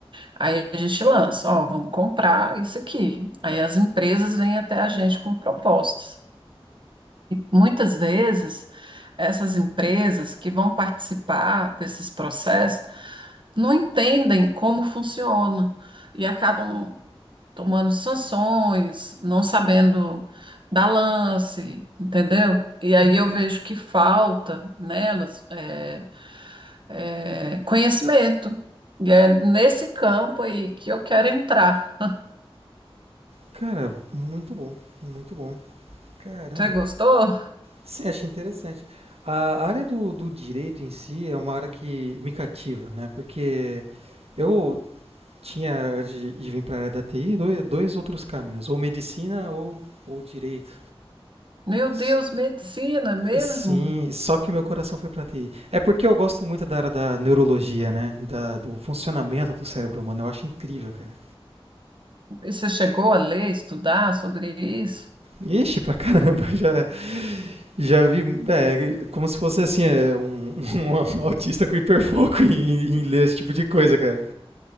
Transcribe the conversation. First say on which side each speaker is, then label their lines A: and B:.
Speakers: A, on the right; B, on the right.
A: Aí a gente lança, ó, vamos comprar isso aqui. Aí as empresas vêm até a gente com propostas. Muitas vezes, essas empresas que vão participar desses processos não entendem como funciona e acabam tomando sanções, não sabendo dar lance, entendeu? E aí
B: Hum,
A: eu vejo que falta nelas é, é, conhecimento. E é nesse campo aí que eu quero entrar.
B: Cara, muito bom, muito bom. Caramba,
A: Você gostou?
B: sim, achei interessante. A área do, do direito em si é uma área que me cativa, né? Porque eu tinha, antes de de vir para a área da TI, dois, dois outros caminhos, ou medicina ou, ou direito.
A: Meu Deus,
B: S-
A: medicina mesmo?
B: Sim, só que meu coração foi para TI. É porque eu gosto muito da área da neurologia, né? Da, do funcionamento do cérebro humano, eu acho incrível, cara.
A: E você chegou a ler, estudar sobre isso?
B: Ixi, pra caramba, <laughs> já, Já vi, é, como se fosse assim, é, um, <laughs> um autista com hiperfoco em, em ler esse tipo de coisa, cara.